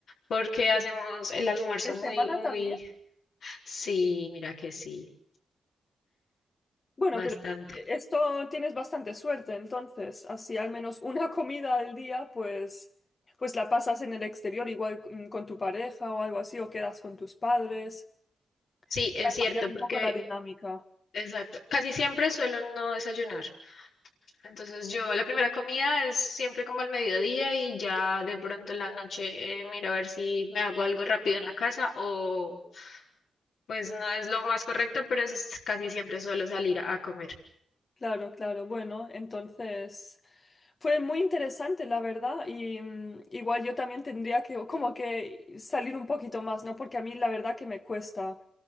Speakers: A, on the left; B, on the left.
A: porque hacemos el almuerzo
B: de semana
A: muy, muy,
B: también.
A: sí, mira que sí,
B: Bueno,
A: bastante.
B: pero esto tienes bastante suerte, entonces, así al menos una <laughs> comida al día, pues, pues la pasas en el exterior, igual mm, con tu pareja o algo así, o quedas con tus padres.
A: Sí, es
B: para cambiar
A: cierto,
B: un
A: porque,
B: poco la dinámica.
A: exacto, casi siempre suelo no desayunar. Entonces, yo la primera comida es siempre como al mediodía y ya de pronto en la noche eh, miro a ver si me hago algo rápido en la casa o pues no es lo más correcto, pero es, casi siempre suelo salir a a comer.
B: Claro, claro. Bueno, entonces fue muy interesante, la verdad, y mm, igual yo también tendría que como que salir un poquito más, ¿no? Porque a mí la verdad que me cuesta,